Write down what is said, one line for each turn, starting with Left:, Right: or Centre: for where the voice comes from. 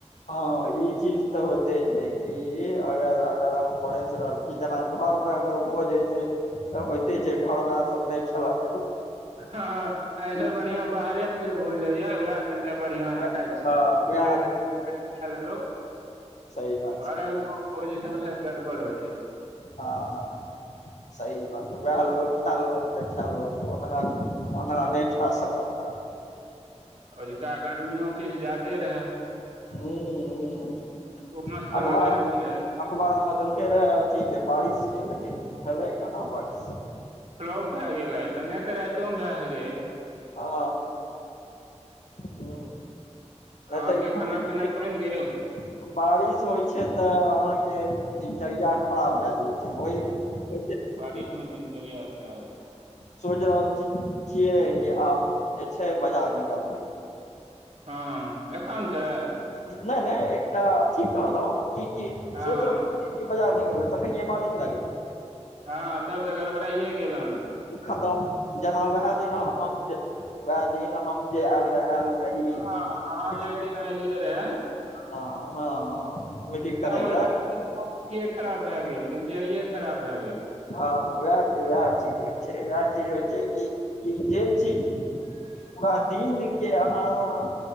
Left: हँ ई चीज तऽ होते छै कि अगर अगर अह पस रहल छी जेना घर मे अगर भोजइ छै तऽ होइते छै घर वाह सब नहि खेलक
Right: हँ ऐसँ
Left: ओ
Right: बढ़िआं बाहरे मे जे भोज होइए उएह कनिटा बढ़िआं
Left: हँ
Right: से खाइ छी दू
Left: वएह
Right: बेर तीन बेर खा लेलहु
Left: सही बात
Right: घरक
Left: छै
Right: भोज सबसँ गड़बड़ होइय
Left: हँ सही बात वएह लोक खा लेलक खा लेलक ओना ओना नहि शकल
Right: ओझुका गर्मियो किछु जादे रहै
Left: ह
Right: उमस वाला
Left: अठबार
Right: गर्मी रहे
Left: अखबार मे देलकै रहै अथि के बारिश के लेकिन भेलै कहाँ बारिश
Right: फ्लॉप भए गेल नहि तऽ राइतोमे भए
Left: आ ह
Right: अहाँके
Left: हेतै ह
Right: खाना पीना बनि गेल
Left: बारिश होइ छै तऽ अहाँके दिनचर्या खराब भए जाइ छै ओहि होइ छै
Right: बीच मे दिनचर्या खराब
Left: सोचि रहल छी छियै कि आब जे छै बाजार निकलबै
Right: हँ एखन के
Left: नै नै एकटा अथी कहलहुँ की की
Right: हँ
Left: सोच रहल बाजार मे तखनिये बारिस भए गैले
Right: हँ तब तऽ गड़बड़ाए गेल हन
Left: ओ खतम जेना उएह दिन हम जे उएह दिन हम जे आयल रह आयल रहि
Right: हँ अहाँ
Left: भीज
Right: जे
Left: के
Right: ओहि दिन एलियै रहे
Left: ह ह मीटिंग
Right: तऽ
Left: करय
Right: हमर
Left: लै
Right: भैया अथिये खराब भए गेल दिनचर्या खराब भए गेल
Left: हँ वैह वएह चीज होइ छै वएह चीज होइ छै कि जे चीज
Right: <inaudible>
Left: पूरा दिन के अहाँ